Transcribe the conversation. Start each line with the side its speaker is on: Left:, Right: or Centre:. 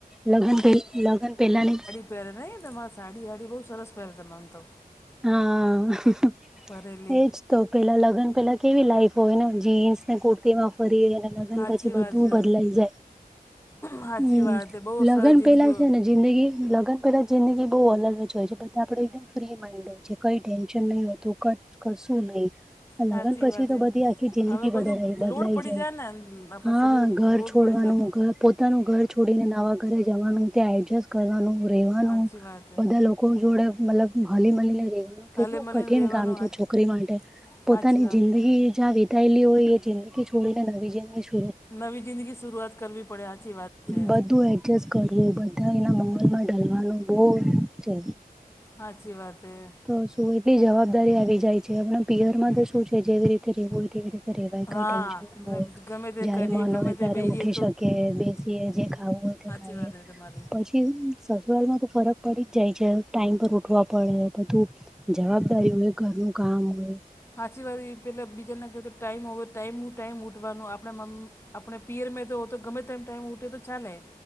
Centre: લગ્ન પ લગ્ન પેલા ને
Left: પહે્યારે નહી તો મા સાડી સાડી બહુ સરસ પહે્યારે તમ તો.
Centre: હા એજ.
Left: પહેરેલી
Centre: તો પેલા લગ્ન પેલા કેવી લાઈફ હોય ને જીન્સ ને કુર્તીમાં ફરીય. લગન
Left: સાચી
Centre: પછી બધું
Left: વાત છે
Centre: બદલાઈ જાય
Left: સાચી
Centre: હમ
Left: વાત છે બહુ
Centre: લગ્ન
Left: સરસ જિંદગીઓ
Centre: પેલા છે ને જિંદગી લગ્ન પેલા જિંદગી બહુ અલગ જ હોય છે બધા આપડે એકદમ ફ્રી હોય કઈ ટેન્શન નહી હતું કશું નહી. લગ્ન
Left: સાચી
Centre: પછી
Left: વાત
Centre: તો
Left: છે
Centre: બધી આખી જિંદગી
Left: હવે
Centre: બદલા
Left: બધું
Centre: બદલાઈ
Left: લોડ પડી
Centre: જાય
Left: ને આપણા
Centre: હા
Left: શરીર ઉપર
Centre: ઘર
Left: લોડ
Centre: છોડવાનું-
Left: પડી જાય
Centre: પોતાનું ઘર છોડીને નવા ઘરે જવાનું ત્યાં એડજસ્ટ કરવાનું રહેેવાનું
Left: સાચી વાત છે
Centre: બધા લોકો ક જોડે મતલબ હલી મલી‌ને‌‌ રેવાનુ કેટલું
Left: હલે મળીને
Centre: કઠિન
Left: રહેવાનું
Centre: કામ છે
Left: હા-
Centre: છોકરી માટે પોતાની
Left: સાચી વાત
Centre: જિંદગી લી હોય એ જિંદગી છોડી ને નવી જિંદગી હ
Left: નવી જિંદગી શરૂઆત કરવી પડે સાચી વાત છે
Centre: બધું કરવું બધા એના મોલમાં ઢલવાનું બહુ છે.
Left: હાચી વાત એ.
Centre: તો શું એટલી જવાબદારી આવી જાય છે આપણા પિયરમાં તો શું છે જેવી રીતે રહેવું હોય તેવી રીતે. વાય
Left: હા
Centre: ક ટેન્શન ના હોય
Left: ગમે તે
Centre: જયારે
Left: કરીએ
Centre: મન
Left: ગમે
Centre: હોય
Left: તે
Centre: ત્યારે
Left: બેહીએ
Centre: ઉઠી શકે બેસી જે ખાવું હોય. તે
Left: સાાચી
Centre: ખાઈએ
Left: વાત ર તમારી.
Centre: પછી સસુરાળમાં તો ફરક પડી જાય છે ટાઈમ પર ઉવા પડે બધું જવાબદારી હોય ઘરનું કામ હોય.
Left: સાચી વાત પેલા બીજાના કહે તો ટાઈમ હો ટાઈમ હું ટાઈમ ઉઠવાનો આપણા મમ્મ આપણે પિયર મે તો તો ગમે તેમમ ટાઈમ ઉઠે તો ચાલેે.